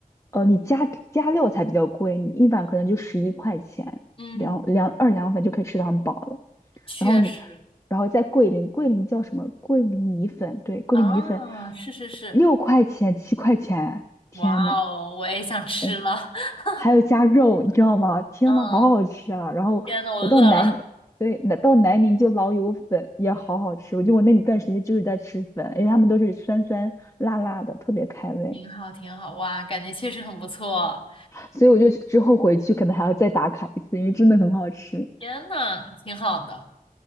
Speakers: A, on the left; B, on the left.
A: 呃，你加加料才比较贵，你一碗可能就十一块钱，
B: 嗯，
A: 两两二两粉就可以吃的很饱了。
B: 确实
A: 然后你，然后在桂林，桂林叫什么？桂林米粉，对，桂林米粉
B: 啊，是是是，
A: 六块钱七块钱，天呐！
B: 哇哦，我也想吃了。
A: 哎，
B: <laughs>
A: 还有加肉，你知道吗？天呐，
B: 嗯，
A: 好好吃啊！然后我到南宁对，
B: 天呐，我饿了。
A: 那到南宁就老友粉也好好吃。我就我那段时间就是在吃粉，而且他们都是酸酸辣辣的，特别开胃。
B: 挺好，挺好，哇，感觉确实很不错。
A: 所以我就之后回去可能还要再打卡一次，因为真的很好吃。
B: 天呐，挺好的。